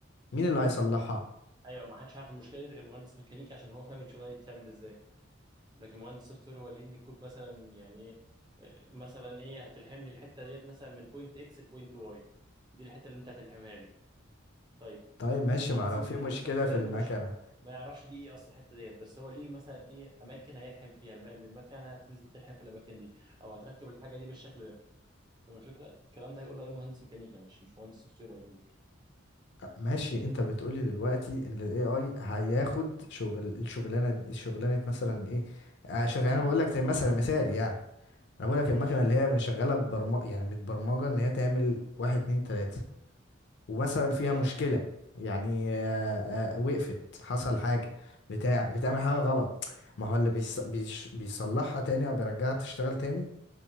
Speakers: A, on the left; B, on the right.
A: مين اللي هيصلحها
B: ايوه ما حدش عارف المشكله دي غير مهندس ميكانيكا عشان هو فاهم الشغلانه دي بتتعمل ازاي لكن مهندس سوفت وير هو ليه ان الكود مثلا يعني ايه مثلا ايه هتلحم لي الحته ديت مثلا من بوينت اكس لبوينت واي دي الحته اللي انت هتلحمها لي طيب
A: طيب ماشي
B: مهندس
A: ما لو
B: من
A: في مشكلة
B: السوفت وير
A: في المكنة
B: ملوش ما يعرفش دي ايه اصلا الحته ديت بس هو ليه مثلا ايه اماكن هيلحم فيها الم... ان المكنه هتنزل تلحم في الاماكن دي او هتركب الحاجه دي بالشكل ده فما الفكره الكلام ده هيقول عليه مهندس ميكانيكا مش مش مهندس سوفت وير هيقول
A: ماشي انت بتقولي دلوقتي ان الاي اي هياخد شغل الشغلانه الشغلانه مثلا ايه آه، شغلانه
B: امم
A: بقول لك زي مثلا مثال يعني انا بقول لك
B: ماشي
A: المكنه اللي هي من شغاله ببرمجه يعني متبرمجه ان هي تعمل واحد اتنين تلاته ومثلا فيها
B: ماشي
A: مشكله يعني آه، آه، وقفت حصل حاجه بتاع بتعمل حاجه غلط ما هو اللي بيص- بيش- بيصلحها تاني او بيرجعها تشتغل تاني